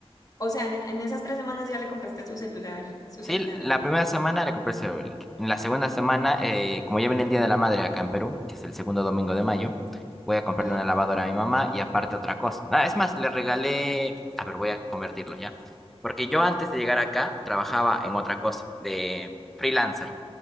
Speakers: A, on the left (about 35°); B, in the centre.
A: O sea, en, en esas tres semanas ya le compraste su celular, su
B: Sí,
A: celular.
B: la primera semana le compré el celular. En la segunda semana, eh, como ya viene el Día de la Madre acá en Perú, que es el segundo domingo de mayo, voy a comprarle
A: Ajá.
B: una lavadora a mi mamá y aparte otra cosa. Ah, es más, le regalé... A ver, voy a convertirlo ya. Porque yo antes de llegar acá trabajaba en otra cosa, de freelancer.